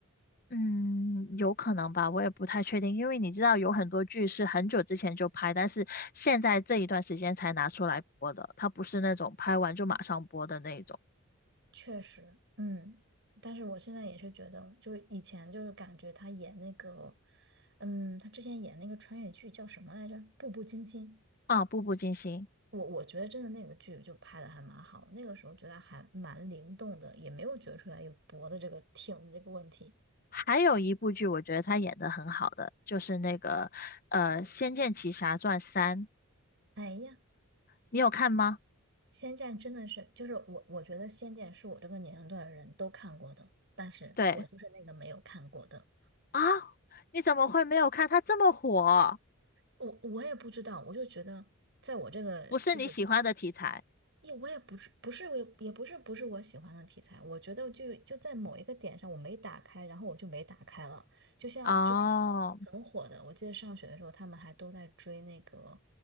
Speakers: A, on the left; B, on the right.
A: 嗯，有可能吧，我也不太确定，因为你知道有很多剧是很久之前就拍，但是现在这一段时间才拿出来播的，它不是那种拍完就马上播的那一种。
B: 确实，嗯，但是我现在也是觉得，就是以前就是感觉他演那个，嗯，他之前演那个穿越剧叫什么来着？《步步惊心》。
A: 啊，《步步惊心》，
B: 我我觉得真的那个剧就拍的还蛮好的那个时候觉得还蛮灵动的，也没有觉出来有脖子这个挺的这个问题。
A: 还有一部剧我觉得他演的很好的，就是那个呃《仙剑奇侠传三》，
B: 哎呀，
A: 你有看吗？
B: 《仙剑》真的是，就是我我觉得《仙剑》是我这个年龄段的人都看过的，但是我就是那个没有看过的。
A: 对啊，你怎么会没有看？它这么火，
B: 我我也不知道，我就觉得，在我这个就是
A: 不是你喜欢的题材
B: 也我也不是不是我也也不是不是我喜欢的题材，我觉得就就在某一个点上我没打开，然后我就没打开了。就像之前很火的，
A: 哦。
B: 我记得上学的时候他们还都在追那个，